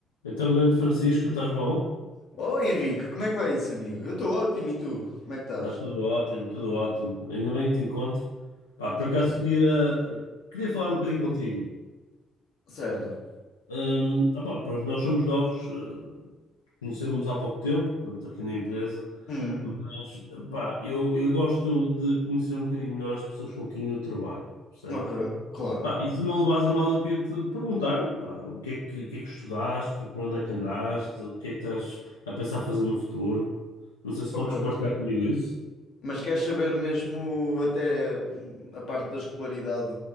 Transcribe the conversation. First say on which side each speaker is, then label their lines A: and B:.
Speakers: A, on the left; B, on the left.
A: Então, grande Francisco, estás bom?
B: Oh Henrique, como é que vai isso, amigo? Eu estou ótimo, e tu? Como é que estás?
A: Está tudo ótimo, tudo ótimo. Ainda bem que te encontro. Pá, por
B: Então,
A: acaso queria, queria falar um bocadinho contigo.
B: certo.
A: Hum, opá, pronto, nós somos novos, eh, conhecemos-nos há pouco tempo, portanto, aqui na empresa,
B: Hum,
A: mas pá, eu, eu gosto de conhecer um bocadinho melhor as pessoas com quem eu trabalho, percebes?
B: ok, claro.
A: Pá, e se não levas a mal, eu queria te perguntar, pá, o que é que, o que é que estudaste, por onde é que andaste, o que é que estás a pensar fazer no futuro? Não sei se
B: Ok.
A: podes partilhar comigo isso.
B: Mas queres saber mesmo até hum, a parte da escolaridade